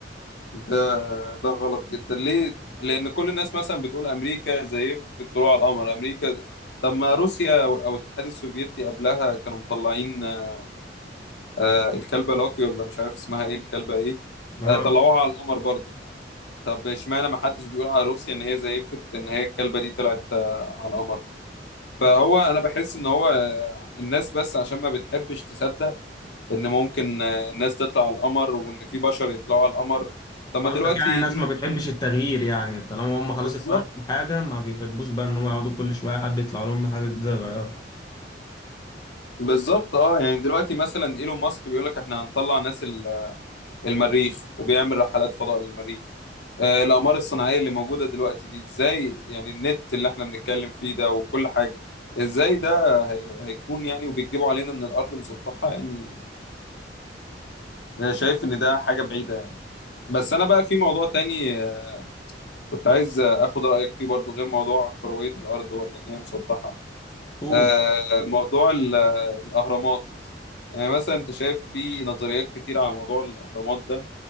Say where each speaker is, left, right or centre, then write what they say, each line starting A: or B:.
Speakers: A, on the left (about 65°); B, on the left (about 20°).
A: ده ده غلط جدا ليه؟ لأن كل الناس مثلا بتقول أمريكا زيفت الطلوع على القمر أمريكا طب ما روسيا أو أو الاتحاد السوفيتي قبلها كانوا مطلعين آه، آه، الكلبة لوكي ولا مش عارف اسمها إيه الكلبة إيه
B: آه،
A: آه، طلعوها على القمر برضو طب اشمعنى ما حدش بيقول على روسيا ان هي زيفت ان هي الكلبه دي طلعت آه، على القمر فهو انا بحس ان هو آه، الناس بس عشان ما بتحبش تصدق ان ممكن آه، الناس تطلع على القمر وان في بشر يطلعوا على القمر طب ما
B: قصدك
A: دلوقتي
B: يعني الناس
A: إيلون-
B: ما بتحبش التغيير يعني طالما هم خلاص
A: بالظبط
B: اقتنعوا بحاجة ما بيحبوش بقى إن هم يقعدوا كل شوية حد يطلع لهم بحاجة جديدة يغيرها.
A: بالظبط اه يعني دلوقتي مثلا ايلون ماسك بيقول لك احنا هنطلع ناس المريخ وبيعمل رحلات فضاء للمريخ آه، الأقمار الصناعية اللي موجودة دلوقتي دي ازاي يعني النت اللي احنا بنتكلم فيه ده وكل حاجة ازاي ده هي- هيكون يعني وبيكذبوا علينا ان الأرض مسطحة يعني آه، شايف ان ده حاجة بعيدة يعني بس انا بقى في موضوع تاني آه، كنت عايز آه، اخد رأيك فيه برضو غير موضوع كروية الأرض ولا ان هي مسطحة
B: قول.
A: آه، موضوع ال- آه، الأهرامات يعني مثلا انت شايف في نظريات كتير على موضوع الأهرامات ده